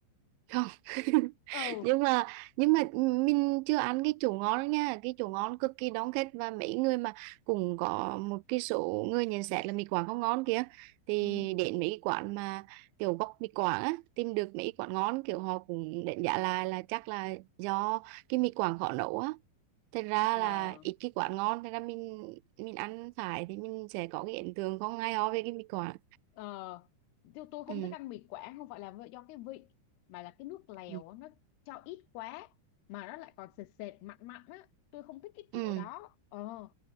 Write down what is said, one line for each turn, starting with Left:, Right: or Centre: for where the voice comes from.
Right: không <laughs>
Left: ừ
Right: nhưng mà nhưng mà mình chưa ăn cái chỗ ngon nha cái chỗ ngon cực kỳ đông khách và mấy người mà cũng có một cái số người nhận xét là mì Quảng không ngon kia thì
Left: ừ
Right: đến mấy cái quán mà kiểu gốc mì Quảng á tìm được mấy cái quán ngon kiểu họ cũng đánh giá lại là chắc là do cái mì Quảng khó nấu á thật ra
Left: ừ
Right: là ít cái quán ngon thật ra mình mình ăn phải thì mình sẽ có cái ấn tượng không hay ho về cái mì Quảng
Left: Ờ, tôi, tôi không
Right: ừ
Left: thích ăn mì Quảng không phải là vì- do cái vị mà là cái nước lèo
Right: ừ
Left: á, nó cho ít quá mà nó lại còn sệt sệt mặn mặn á tôi không thích cái kiểu
Right: ừ
Left: đó ờ